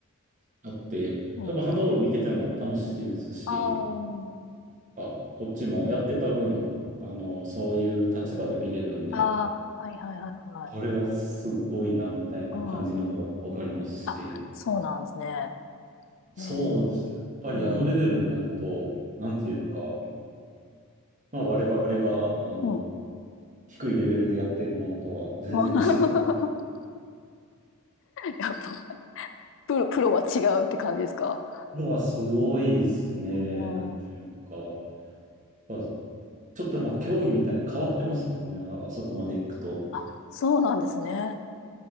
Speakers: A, on the right; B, on the left.
A: あって、
B: うん。
A: やっぱハンドボール見てても楽しいですし、
B: あー
A: あ、こっちもやってた分、あの、そういう立場で見れるんで、
B: あー、はいはいはいはい。
A: これはすごいな、みたいな感じのもわかりますし、
B: うん。あ、そうなんですね。
A: そうです。
B: へえ
A: やっぱりあのレベルになると、
B: うん、うん、
A: なんていうか、まあ、我々があの
B: うん。
A: 低いレベルでやってるものとは全然違う。
B: <laughs> やっぱ、プロ、プロは違うって感じですか
A: のはすごいですね。
B: う
A: なんていうか。
B: ん。
A: まあ、ちょっとまあ競技みたいに変わってますもんね。あ、あそこまで行くと。
B: あ、そうなんですね。